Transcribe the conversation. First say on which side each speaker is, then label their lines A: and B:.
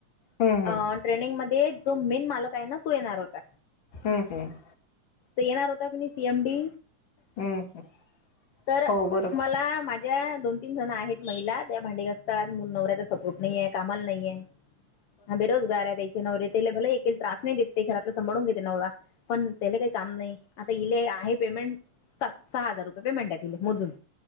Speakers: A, on the left; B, on the left.
A: हम्म
B: अ-
A: हम्म
B: ट्रेनिंगमध्ये जो मेन मालक आहे ना, तो येणार होता.
A: हम्म हम्म.
B: येणार होता की नाही सी एम डी.
A: हम्म
B: तर
A: हो बरोबर
B: मला माझ ज्या दोन तीन जण आहेत महिला, त्या भांडी घासतात. मूल नवऱ्याचा सपोर्ट नाहीेय, कामाला नाहीये. हा बेरोजगार आहे त्याचे नवरेतेला एके त्रास नाही देत ते घरात सभाळून घेते नवरा. पण त्याला काही काम नाही. आता इले आहे पेमेंट स सहा हजार रुपये पेमेंट हाय तिला मोजून.